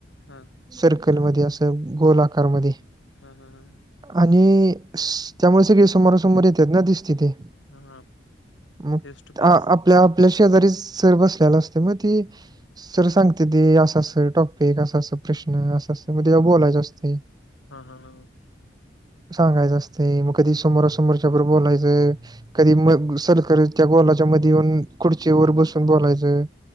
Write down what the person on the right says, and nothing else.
सर्कलमध्ये असं गोल आकारमध्ये
आणि त्यामुळे सगळे समोरासमोर येतात ना दिसत ती.
मग
आपल्या आपल्या शेजारी सर बसलेल्या असतय म ती सर सांगत्याती असं असं टॉपिक असा अस प्रश्न अस -अस म तेव्हा बोलायचं असतय.
सांगायचं असतय म कधी समोरासमोरच्या ग्रुप बोलायचं. कधी म सर्कल त्या गोलाच्या मध्ये येऊन खुर्चीवर बसून बोलायचं